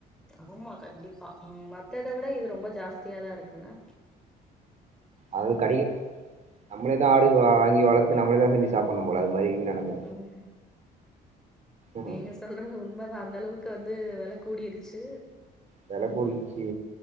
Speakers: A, in the centre; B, on the right.
A: ஆமா கண்டிப்பா ம் மத்தத விட இது ரொம்ப ஜாஸ்தியாதா இருக்குனா
B: அது கடகி நம்மளேதா ஆடு வாங்கி வளத்து நம்மளேதா செஞ்சி சாப்புன்னும் போல அது மாரி இகிது நெலம
A: ம்
B: ம்.
A: நீங்க சொல்றது உண்மதா அந்தளவுக்கு வந்து வெல கூடிடுச்சு
B: வெல கூடிட்ச்சி